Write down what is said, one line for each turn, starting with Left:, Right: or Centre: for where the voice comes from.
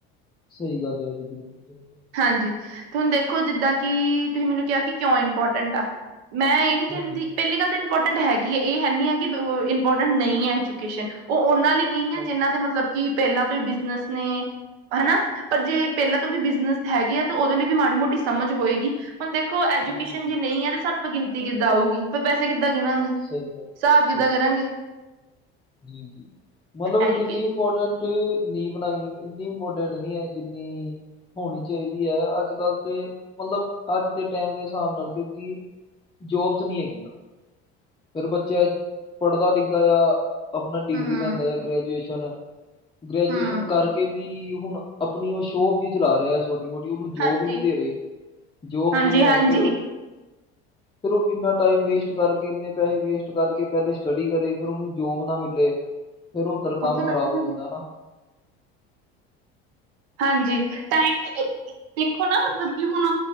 Left: ਸਹੀ ਗੱਲ ਹੈ ਜੀ ਬਿਲਕੁਲ ਸਹੀ ਗੱਲ
Right: ਹਾਂਜੀ ਤੇ ਹੁਣ ਦੇਖੋ ਜਿੱਦਾਂ ਕਿ ਤੁਸੀਂ ਮੈਨੂੰ ਕਿਹਾ ਕਿ ਕਿਉਂ ਇੰਪੋਰਟੈਂਟ ਆ ਮੈਂ ਇਹ ਨੀ ਕਹਿੰਦੀ
Left: ਹਾਂਜੀ,
Right: ਪਹਿਲੀ ਗੱਲ ਤਾਂ ਇੰਪੋਰਟੈਂਟ ਹੈਗੀ ਹੈ ਇਹ ਹੈਨੀ ਹੈ ਕਿ ਇੰਪੋਰਟੈਂਟ ਨਹੀਂ ਹੈ ਚੁ ਉਹ ਉਹਨਾਂ ਲਈ ਨਹੀਂ ਹੈ
Left: ਹਾਂਜੀ,
Right: ਜਿਹਨਾਂ ਦੇ ਮਤਲਬ ਕਿ ਪਹਿਲਾਂ ਤੋਂ ਹੀ ਬਿਜਨਸ ਨੇ ਹਨਾ ਪਰ ਜੇ ਪਹਿਲਾਂ ਤੋਂ ਵੀ ਬਿਜਨਸ ਹੈਗੇ ਆ ਤਾਂ ਉਹਦੇ ਲਈ ਵੀ ਮਾੜੀ ਮੋਟੀ ਸਮਝ ਹੋਏਗੀ ਹੁਣ ਦੇਖੋ ਐਜੂਕੇਸ਼ਨ
Left: ਜੀ, ਜੀ
Right: ਜੇ ਨਹੀਂ ਹੈ ਤੇ ਸਾਨੂੰ ਗਣਤੀੱਦਾਂ ਆਊਗੀ ਫੇੈਸੇ ਕਿੱਦਾਂ ਗਿਣਾਂਗੇ ਹਿਸਾਬ
Left: ਸਹੀ ਗੱਲ, ਸਹੀ
Right: ਕਿੱਦਾਂ ਕਰਾਂਗੇ
Left: ਗੱਲ ਹੈ, ਜੀ ਜੀ ਮਤਲਬ
Right: ਐਜੂਕੇ
Left: ਇੰਨੀ ਇੰਪੋਰਟੈਂਟ ਨੀ ਬਣਾਈ ਇੰਨੀ ੋ ਡੈਂਟ ਨਹੀਂ ਹੈ ਜਿੰਨੀ ਹੋਣੀ ਚਾਹੀਦੀ ਹੈ ਅੱਜ ਕੱਲ੍ਹ ਤੇ ਮਤਲਬ ਅੱਜ ਦੇ ਟਾਈਮ ਦੇ ਹਿਸਾਬ ਨਾਲ ਕਿਉਂਕਿ ਜੋਬਸ ਨਹੀਂ ਹੈਗੀਆਂ ਫਿਰ ਬੱਚਾ ਪੜ੍ਹਦਾ ਲਿਖਦਾ ਆ ਆਪਣਾ ਡਿਗਰੀ
Right: ਹਮ
Left: ਲੈਂਦਾ ਜਾਂ ਗ੍ਰੈਜੂਏਸ਼ਨ ਗ੍ਰੈਜੂਏਸ਼ਨ
Right: ਹਮ
Left: ਕਰਕੇ ਵੀ ਹੁਣ ਆਪਣੀ ਉਹ ਸ਼ੋਪ ਜੀ ਚਲਾ ਰਿਹਾ ਛੋਟੀ ਮੋਟੀ-ਮੋਟੀ ਉਹਨੂੰ ਜੋਬ
Right: ਹਾਂਜੀ
Left: ਹੀ ਨਹੀਂ ਦੇ ਰਹੇ ਜੋਬਸ
Right: ਹਾਂਜੀ
Left: ਨਹੀਂ
Right: ਹਾਂਜੀ
Left: ਹੈ ਫੇਰ ਫਿਰ ਉਹ, ਇੰਨਾ ਟਾਈਮ ਵੇਸਟ ਕਰਕੇ ਇੰਨੇ ਪੈਸੇ ਵੇਸਟ ਕਰਕੇ ਪਹਿਲੇ ਸਟੱਡੀ ਕਰੇ ਫਿਰ ਉਹਨੂੰ ਜੋਬ ਨਾਲ, ਮਿਲੇ ਫਿਰ ਉੱਧਰ ਕੰਮ
Right: ਉੱਥੇ ਬੈਠੀ
Left: ਖ਼ਰਾਬ ਹੋ
Right: ਮੈਂ
Left: ਜਾਂਦਾ ਨਾ,
Right: ਹਾਂਜੀ ਟਾਈਮ, ਦੇਖੋ ਨਾ ਮਤਲਬ ਕਿ ਹੁਣ